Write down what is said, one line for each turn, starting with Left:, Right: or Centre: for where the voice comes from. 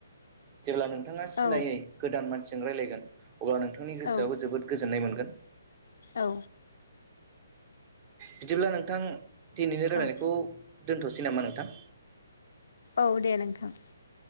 Right: जेब्ला नोंथाङा
Left: औ
Right: सिनायै गोदान मान रायलायगोन अब्ला नोंथांनि गोसोआबो
Left: औ
Right: जोबोद गोजोननाय मोनगोन।
Left: औ।
Right: बिदिब्ला नोंथां दिनैनो रायलायनायखौ
Left: औ
Right: दोन्थ'सै नामा नोंथां?
Left: औ दे नोंथां।